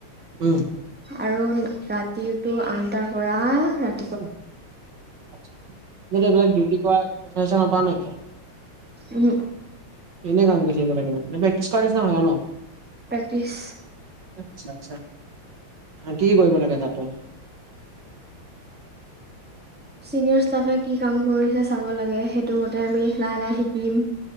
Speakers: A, on the right; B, in the centre.
A: উম
B: আৰু ৰাতিৰটো আনটাৰ পৰা ৰাতি
A: ডিউটি পৰা পইচা - চইছা পাও নাই এতিয়া
B: উম
A: এনেই কাম থাকিব লাগে প্ৰে‌ক্তিচ কৰা নিচিনা হৈ ন
B: পেকটিছ
A: আচছা আচ্ছা কি ক কৰিব লাগে তাত তোৰ
B: চিনিয়ৰ ষ্টাফে কি কাম কৰিছে চাব লাগে সেইটো মতে আমি লাহে লাহে শিকিম